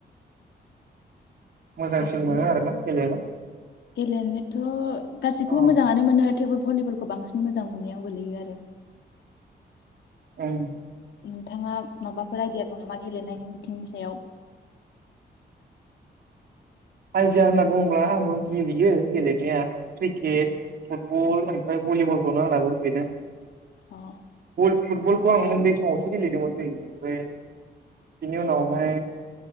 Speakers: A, on the right; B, on the left.
A: मोजांसिन
B: ओरैनो
A: मोनो आरोना गेलेनो।
B: गेलेनोथ' गासिखौबो
A: औ
B: मोजाङानो मोनो थेवबो भलिबलखौ बांसिन मोजां मोननायाव गोलैयो आरो।
A: ओम।
B: नोंथाङा माबाफोर आइदिया दं नामा गेलेनायनि बिथिंनि सायाव?
A: आइदिया होनना बुङोब्ला आंबो गेलेयो गेलेनाया। क्रिकेट
B: औ
A: फोर फुटबल ओमफ्राय भलिबलखौनो आंनाबो बेनो।
B: औ।
A: फुटबलखौ आं औन्दै समावसो गेलेदोंमोनलै ओमफ्राय बिनि उनावहाय